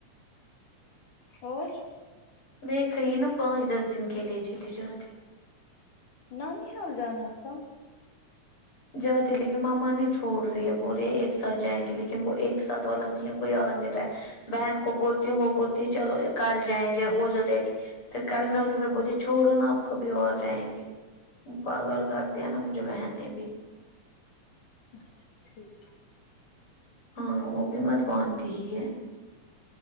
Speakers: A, on the left (about 80°); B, on the left (about 45°).
A: اور
B: دیکھ کہیں نا پانچ دس دن کے لیے چلے جاتے
A: نانی حال جانا تھا
B: جاتی لیکن ماما نہیں چھوڑ رہی ہے بول رہے ایک ساتھ جائیں گے لیکن وہ ایک ساتھ والا سین کوئی اور نہیں رہا بہن کو بولتی ہوں وہ بولتی ہے چلو کال جائیں گے ہو جا ریڈی پھر کل میں ہوتی پھر بولتی چھوڑو نا آپ کبھی اور جائیں گے پاگل کر دیا نا مجھے بہن نے بھی
A: اچھا ٹھیک
B: ہاں وہ بھی مت مانتی ہی ہے